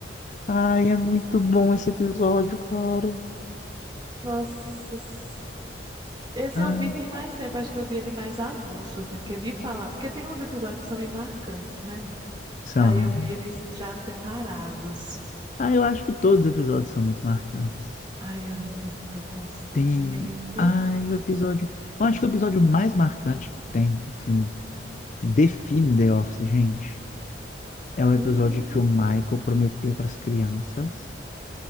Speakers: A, on the left (about 40°); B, on the right (about 25°).
A: Ai, é muito bom esse episódio, cara.
B: Nossa. s- Esse
A: Ah,
B: eu vi tem mais tempo, acho que eu vi ele mais avulso, assim, porque me falar. Porque tem uns episódios também marcantes, né?
A: são.
B: Aí eu vi eles já separados.
A: Ah, eu acho que todos os episódios são muito marcantes.
B: Ai, é muito constrangimento.
A: Tem. Ai, o episódio. Eu acho que o episódio mais marcante que tem, assim, que define The Office, gente, é o episódio
B: Hum,
A: que o Michael prometeu para as crianças